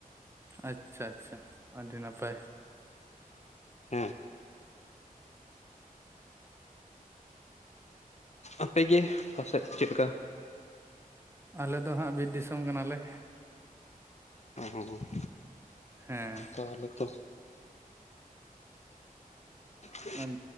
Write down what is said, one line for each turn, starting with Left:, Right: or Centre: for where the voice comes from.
Right: ᱟᱪᱪᱷᱟ ᱟᱪᱪᱷᱟ, ᱟᱰᱤ ᱱᱟᱯᱟᱭ ᱾
Left: <inaudible> ᱟᱯᱮ ᱜᱮ ᱯᱟᱥᱮᱫ ᱪᱮᱫ ᱠᱟ?
Right: ᱟᱞᱮ ᱫᱚ ᱦᱟᱸᱜ ᱵᱤᱨ ᱫᱤᱥᱚᱢ ᱠᱟᱱᱟᱞᱮ ᱾
Left: ᱚᱸ
Right: ᱦᱮᱸ,
Left: ᱛᱟᱦᱚᱞᱮ ᱛᱚ ᱾
Right: ᱟᱸ